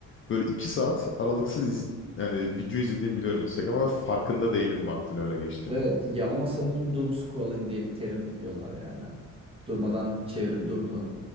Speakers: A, on the left (about 40°); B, on the right (about 15°).
A: böyle 2 saat aralıksız iz- yani video izlediğimi biliyorum Instagram'a ve farkında değilim vaktin öyle geçtiğini.
B: Evet ya ona sanırım doom scrolling diye bir terim mi diyorlar yani. Durmadan çevirip durduğun